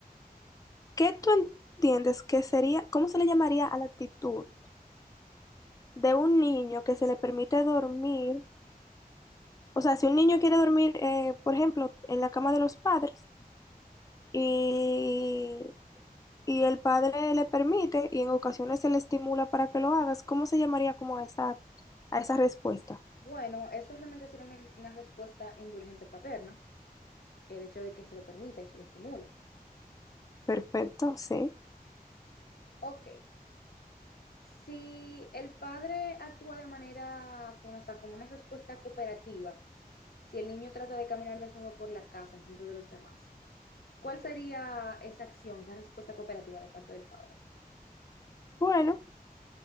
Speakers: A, on the left (about 20°); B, on the left (about 85°).
A: ¿qué tú entiendes que sería, cómo se le llamaría a la actitud de un niño que se le permite dormir? O sea, si un niño quiere dormir, eh, por ejemplo, en la cama de los padres y y el padre le permite y en ocasiones se le estimula para que lo hagas, ¿cómo se llamaría como a esa, a esa respuesta?
B: bueno, eso realmente sería una, una respuesta indulgente paterna. el hecho de que se lo permita y se lo estimule.
A: Perfecto, sí.
B: Ok, si el padre actúa de manera, o sea, como una respuesta cooperativa, si el niño trata de caminar desnudo por la casa en frente de los demás, ¿cuál sería esa acción, esa respuesta cooperativa de parte del padre?
A: Bueno,